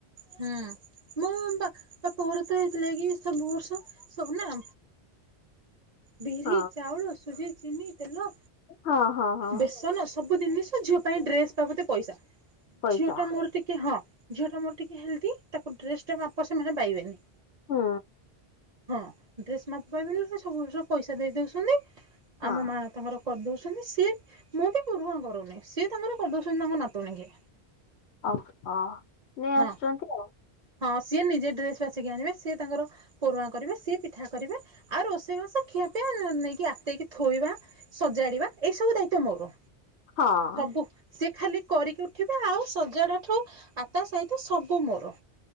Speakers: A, on the right; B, on the left.
A: ହୁଁ ମୁଁ ବା ବାପ ଘର ତ ହେଇଥିଲାଗି ସବୁ ବର୍ଷ ସବୁ ନା ବିରି
B: ହଁ
A: ଚାଉଳ ସୁଜି ଚିନି ତେଲ
B: ହଁ ହଁ ହଁ
A: ବେସନ ସବୁ ଦିନିଷ ଝିଅ ପାଇଁ ଡ୍ରେସ୍ ବାବଦେ ପଇସା
B: ପଇସା
A: ଝିଅଟା ମୋର ଟିକେ ହଁ। ଝିଅଟା ମୋର ଟିକେ ହେଲଦି ତାକୁ ଡ୍ରେସଟା ମାପ ସେମାନେ ପାଇବେନି।
B: ହୁଁ।
A: ହଁ ଡ୍ରେସ୍ ମାପ ପାଇବେନି ପା ସବୁ ବର୍ଷ ପଇସା ଦେଇ ଦଉସନ୍ତି
B: ହଁ
A: ଆମ ମା ତାଙ୍କର କରିଦଉ ହେଲେ ସିଏ ମୁଁ ବି ପୂରୁହାଁ କରୁନି ସିଏ ତାଙ୍କର କରି ଦୋଉଛନ୍ତି ତାଙ୍କ ନାତୁଣୀକି।
B: ଅ ଅ ନେଇ
A: ହଁ
B: ଆସୁଛନ୍ତି ଆଉ।
A: ହଁ ସିଏ ନିଜେ ଡ୍ରେସ ବାଛିକି ଆଣିବେ ସିଏ ତାଙ୍କର, ପୋରୁହାଁ କରିବେ, ସିଏ ପିଠା କରିବେ ଆଉ ରୋଷେଇ ବାସ ଖିଆ ପିଆ ନେଇକି ଆତେଇକି ଥୋଇବା ସଜାଡିବା ଏଇ ସବୁ ଦାୟିତ୍ୱ ମୋର
B: ହଁ
A: ସବୁ ସେ ଖାଲି କରିକି ଉଠିବେ ଆଉ ସଜାଡାଠୁ ଆ ତା ସହିତ ସବୁ ମୋର।